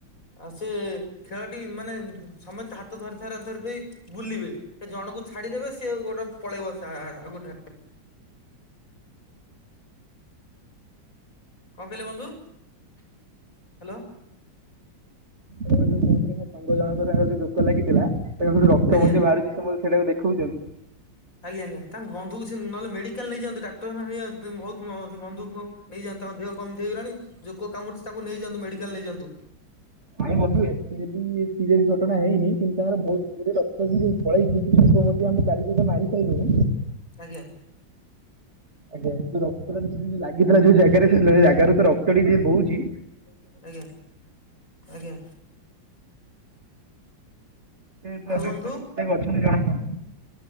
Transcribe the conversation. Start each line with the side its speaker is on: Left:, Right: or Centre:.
Left: ଆଉ ସେ ଖେଳଟି ମାନେ ସମସ୍ତେ ହାତ ଧରି ଧରା ଧରି ଦେଇ ବୁଲିବେ। ସେ ଜଣଙ୍କୁ ଛାଡିଦେବେ ସିଏ ଗୋଟେ ପଳେଇବ ସେ ଆଉ ଗୋଟେ କଣ କହିଲେ ବନ୍ଧୁ ହ୍ୟାଲୋ।
Right: ଯୋଉ କହୁଥିଲା ମୋ ସାଙ୍ଗ ଜଣଙ୍କ ତାଙ୍କର ଯୋଉ ଜୋକ ଲାଗିଥିଲା ଏବଂ ଯୋଉ ରକ୍ତ
Left: ଆଜ୍ଞା
Right: ମଧ୍ୟ ବାହାରି ସମସ୍ତେ ସେଇଟାକୁ ଦେଖଉଚନ୍ତି।
Left: ଆଜ୍ଞା ଆଜ୍ଞା ତାଙ୍କ ବନ୍ଧୁ ସେ ନହେଲେ ମେଡ଼ିକାଲ ନେଇଯାନ୍ତୁ ଡାକ୍ତରଖାନା ନେଇଯାଆନ୍ତୁ ବହୁତ୍ ବନ୍ଧୁଙ୍କୁ ନେଇଯାଆନ୍ତୁ ତାଙ୍କ ଦେହ କଣ ଏମିତି ହେଇଗଲାଣି ଜୋକ କାମୁଡ଼ିଚି ତାଙ୍କୁ ନେଇଯାଆନ୍ତୁ ମେଡ଼ିକାଲ ନେଇଯାଆନ୍ତୁ।
Right: ଭାଇ <unintelligible> ଏବେ ବି ସିରିଏସ୍ ଘଟଣା ହେଇନି‌ କିନ୍ତୁ ତାଙ୍କର ବହୁତ୍ <unintelligible> ରକ୍ତ ବି ପଳେଇଛି ଲୋକ ଆମେ <unintelligible> ମାରି ପାରିଲୁନି।
Left: ଆଜ୍ଞା।
Right: ଆଜ୍ଞା ଯୋଉ ରକ୍ତ ଟା ଲାଗିଥିଲା ଯୋଉ ଜାଗାରେ ସେ ଜାଗାରୁ ତ ରକ୍ତଟି ଯୋଉ ବହୁଛି।
Left: ଆଜ୍ଞା ଆଜ୍ଞା।
Right: ସେ ତ
Left: ଆଉ
Right: ଏବେ
Left: ବନ୍ଧୁ
Right: ପୁରା ଠିକ୍ ଠାକ୍ ଅଛନ୍ତି ଜଣାପଡୁଚି।